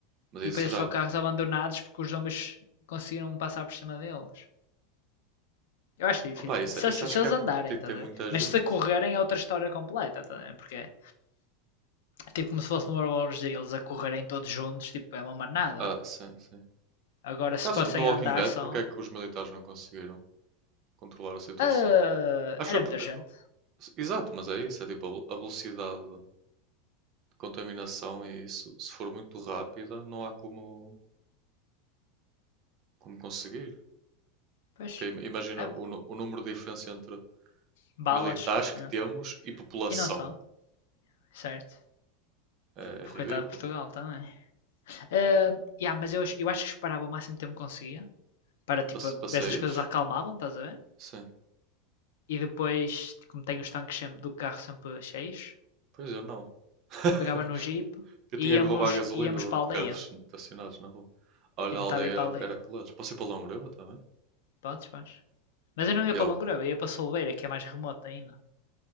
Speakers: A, on the right; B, on the left.
A: Mas
B: e
A: isso
B: depois é
A: já.
B: só carros abandonados porque os zombies conseguiram passar por cima deles. Eu acho difícil.
A: Opa, isso,
B: Se
A: isso
B: eles,
A: acho
B: se
A: que
B: eles
A: é porque
B: andarem,
A: tem, tem
B: tá a ver?
A: muita
B: Mas
A: gente.
B: se correrem é outra história completa, tá a ver? Porque é tipo como se fosse no World War Z, eles a correrem todos juntos, tipo, é uma manada.
A: Ah, sim, sim.
B: Agora,
A: Por
B: se
A: causa
B: fossem
A: no Walking
B: a andar
A: Dead,
B: só,
A: porque é que os militares não conseguiram controlar a situação?
B: Ah,
A: Acho
B: era
A: que foi porque.
B: muita gente.
A: Exato, mas é isso. É tipo a ve- a velocidade de contaminação e isso. Se for muito rápida, não há como, como conseguir.
B: Pois.
A: Porque im- imagina
B: Ah,
A: o, nu- o número de diferença entre
B: balas.
A: militares que
B: yeah.
A: temos e população.
B: E não só, certo?
A: É
B: Porque
A: ridículo.
B: coitado de Portugal também. Ah, yeah, mas eu, eu acho que esperava o máximo tempo que conseguia. Para tipo,
A: Para, para
B: ver
A: saíres?
B: se as coisas acalmavam, estás a ver?
A: Sim.
B: E depois, como tenho os tanques sempre- do carro sempre cheios,
A: Pois eu não. <laughs>
B: pegava no jeep
A: eu
B: e
A: tinha
B: íamos,
A: que roubar a gasolina
B: íamos
A: de
B: para a
A: de
B: aldeia.
A: carros estacionados na rua. Olha,
B: E tentava
A: a aldeia
B: ir para a aldeia.
A: era clutch. Posso ir para Longreva também?
B: Podes, podes. Mas eu não
A: Yeah,
B: ia
A: Eu,
B: para Longroba, ia para Solveira, que é mais remoto ainda.